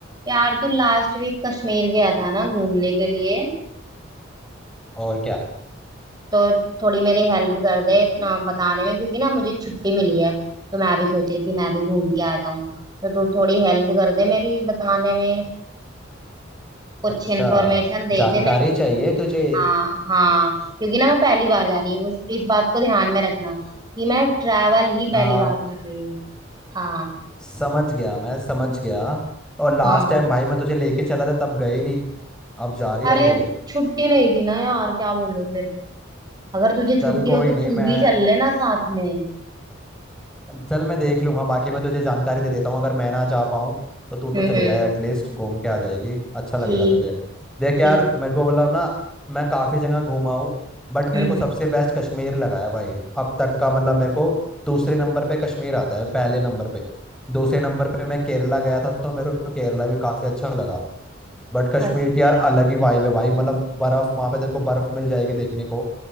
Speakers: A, on the right; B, in the centre.
A: यार तू last week Kashmir गया था ना घूमने के लिए
B: और क्या
A: तो थोड़ी मेरी हेल्प कर दे ना बताने में क्योंकि ना मुझे छुट्टी मिली है तो मैं भी सोच रही थी मैं भी घूम के आ जाऊं तो तू थोड़ी हेल्प कर दे मेरी बताने में कुछ
B: अच्छा
A: इन्फॉर्मेशन दे
B: जानकारी
A: दे मैं
B: चाहिए तुझे
A: हाँ हाँ क्योंकि ना मैं पहली बार जा रही हूँ उस इस बात को ध्यान में रखना कि मैं ट्रैवल ही पहली
B: हाँ
A: बार कर रही हूँ हाँ
B: समझ गया मैं समझ गया और लास्ट
A: हाँ
B: टाइम भाई मैं तुझे लेके चला था तब गई नहीं अब जा रही
A: अरे
B: है अकेले
A: छुट्टी नहीं थी ना यार क्या बोलूं फिर अगर तुझे
B: चल
A: छुट्टी
B: कोई
A: हो तो
B: नहीं
A: तू
B: मैं
A: भी चल लेना साथ में
B: चल मैं देख लूंगा बाकी मैं तुझे जानकारी दे देता हूँ अगर मैं ना जा पाऊँ तो तू तो
A: हम्म
B: चले
A: हम्म
B: जाए एटलीस्ट घूम के आ जाएगी अच्छा लगेगा
A: ठीक
B: तुझे देख यार
A: ठीक
B: मेरे को मतलब ना मैं काफ़ी जगह घूमा हूँ बट मेरे
A: हम्म
B: को
A: हम्म।
B: सबसे बेस्ट कश्मीर लगा है भाई अब तक का मतलब मेरे को दूसरे नंबर पे कश्मीर आता है पहले नंबर पे दूसरे नंबर पे मैं केरला गया था तो मेरे को केरला भी काफ़ी अच्छा लगा बट कश्मीर
A: अच्छा
B: की यार अलग ही वाइब है भाई मतलब बर्फ़ वहाँ पे तेरे को बर्फ़ मिल जाएगी देखने को